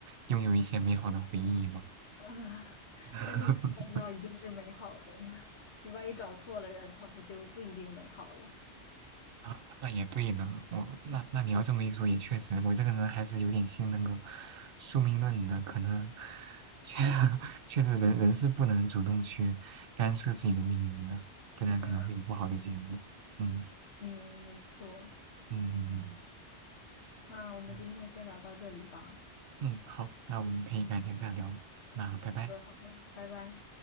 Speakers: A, on the right; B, on the left.
A: 拥有一些美好的回忆吗？
B: <laughs> 啊，
A: <laughs>
B: 但是你怎么知道一定是美好的呢？<laughs> 你万一找错了人，他不就不一定美好了？
A: 啊，那也对呢，我那那你要这么一说，也确实，我这个人还是有点信那个宿命论的，可能确 <laughs> 确实人人是不能主动去干涉自己的命运的，不然可能会有不好的结果。
B: <laughs>
A: 嗯
B: 嗯，没错。
A: 嗯嗯
B: 那我们今天先聊到这里吧。
A: 嗯，嗯好，那我们可以改天再聊，那拜拜。
B: 好的，好的，拜拜。